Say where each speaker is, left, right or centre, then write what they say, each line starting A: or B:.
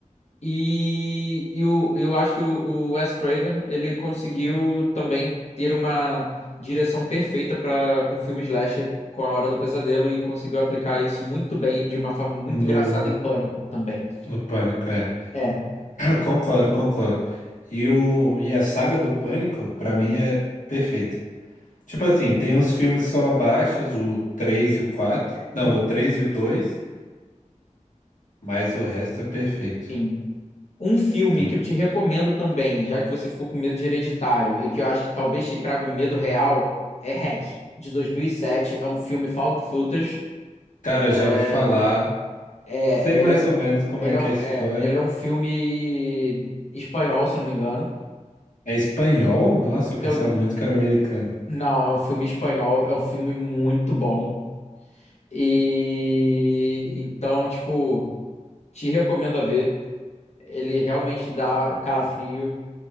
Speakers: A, on the left (about 60°); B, on the left (about 80°).
A: E, e o, eu acho que o, o Wes Craven ele conseguiu também ter uma direção perfeita para um filme slasher com A Hora do Pesadelo e conseguiu aplicar isso muito bem, de uma forma muito
B: No,
A: engraçada em Pânico também.
B: no pânico, é.
A: É,
B: Concordo, concordo. E, o, e a saga do Pânico, pra mim, é perfeita. Tipo assim, tem uns filmes que são abaixo, o 3 e o 4, Não,
A: Uhum.
B: o 3 e o 2, mas o resto é perfeito.
A: sim. Um filme
B: Então,
A: que eu te recomendo também, já que você ficou com medo de Hereditário e que eu acho que talvez te traga um medo real, é Hack, de 2007. É um filme found footage.
B: cara,
A: é,
B: já ouvi falar,
A: É,
B: sei mais
A: ele é,
B: ou menos como
A: ele
B: é que
A: é, um,
B: é a
A: é,
B: história.
A: ele é um filme espanhol, se eu não me engano.
B: É espanhol? Nossa, eu pensava
A: Eu,
B: muito que era americano.
A: não, é um filme espanhol, é um filme muito bom. E então, tipo, te recomendo a ver. Ele realmente dá calafrio.